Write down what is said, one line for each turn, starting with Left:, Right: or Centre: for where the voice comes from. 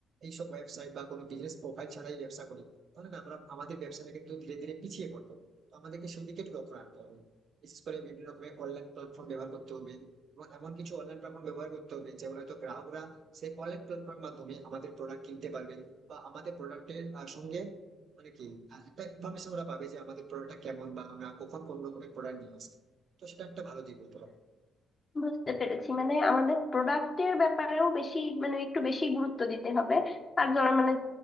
Right: এইসব ওয়েবসাইট বা কোনো বিজনেস প্রোফাইল ছাড়াই ব্যবসা করি তাহলে না আমরা আমাদের ব্যবসাটা কিন্তু ধীরে ধীরে পিছিয়ে পড়বো তো আমাদেরকে সেই দিকে একটু লক্ষ্য রাখতে হবে বিশেষ করে বিভিন্ন রকমের অনলাইন প্ল্যাটফর্ম ব্যবহার করতে হবে এবং এমন কিছু অনলাইন প্ল্যাটফর্ম ব্যবহার করতে হবে যেগুলো হয়তো গ্রাহকরা সেই অনলাইন প্ল্যাটফর্মের মাধ্যমে আমাদের প্রোডাক্ট কিনতে পারবে বা আমাদের প্রোডাক্টের সঙ্গে মানে কি আহ, একটা ইনফরমেশন ওরা পাবে যে আমাদের প্রোডাক্টটা কেমন বা আমরা কখন কোন রকমের প্রোডাক্ট নিয়ে আসছি তো সেটা একটা ভালো দিক হতে পারে
Left: বুঝতে পেরেছি মানে আমাদের প্রোডাক্টের ব্যাপারেও বেশি মানে একটু বেশি গুরুত্ব দিতে হবে আর যারা মানে